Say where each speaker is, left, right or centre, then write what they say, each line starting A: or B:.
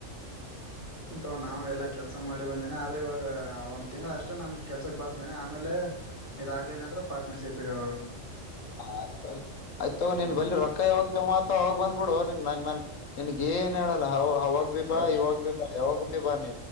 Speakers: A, on the left; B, on the left.
A: ಅಥವಾ ನಾವು ಎಲ್ಲ ಕೆಲಸ ಮಾಡಿ ಬಂದಿನಿ ಆದರೆ ಇವಾಗ ಒಂದು ತಿಂಗಳು ಅಷ್ಟೇ ನಾನು ಕೆಲ್ಸಕ್ಕೆ ಬರ್ತೀನಿ ಆಮೇಲೆ ಇದಾಗಲಿಲ್ಲ ಅಂದ್ರ ಪಾರ್ಟ್ನರ್ಶಿಪ್ಪಿಗ
B: ಹಯ್ತಯ್ ಆಯ್ತ ನೀನ್
A: ಹ್ಮ್
B: ಬಲಿ ರೊಕ್ಕಾಯ ಹೋಗ ಜಮಾತ ಹೋಗ ಬಂದ್ಬಿಡು ನ ನ ನನ್ಗ ಏನ್ ಹೇಳಲ್ಲ ಅವಾಗ ಭ ಬಾ
A: ಓಕೆ
B: ಇವಾಗ ಬಿ ಬಾ ಯಾವಾಗ ಬಿ ಬಾನಿ